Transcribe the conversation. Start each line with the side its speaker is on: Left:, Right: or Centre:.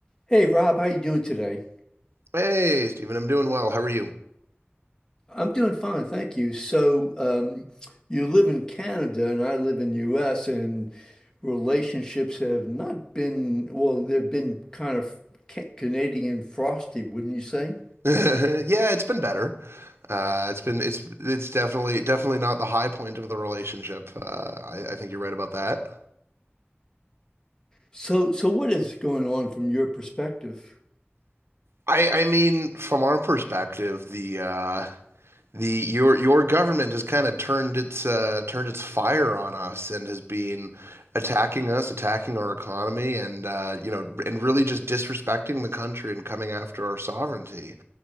Left: Hey Rob, how you doing today?
Right: Hey, Stephen, I'm doing well. How are you?
Left: I'm doing fine, thank you. So, um, you live in Canada and I live in US and relationships have not been, well, they've been kind of ca- Canadian frosty, wouldn't you say?
Right: <laughs> Yeah, it's been better. Uh, it's been it's it's definitely definitely not the high point of the relationship. Uh, I, I think you're right about that.
Left: So, so what is going on from your perspective?
Right: I I mean, from our perspective, the uh, the your your government has kind of turned its uh, turned its fire on us and has been attacking us, attacking our economy, and uh, you know, and really just disrespecting the country and coming after our sovereignty.